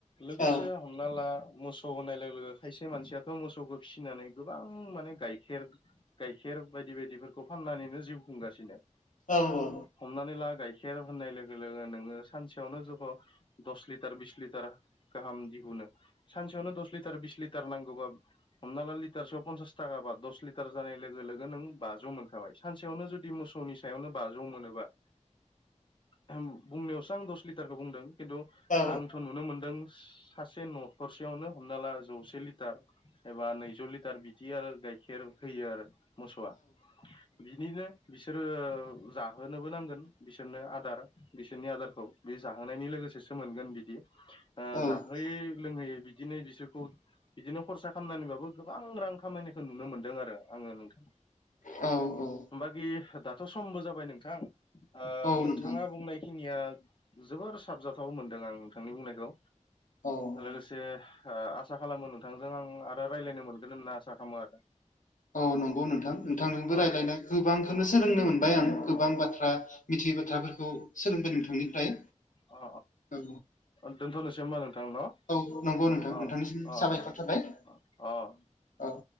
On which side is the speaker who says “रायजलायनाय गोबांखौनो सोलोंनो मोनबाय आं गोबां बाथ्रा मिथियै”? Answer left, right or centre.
Left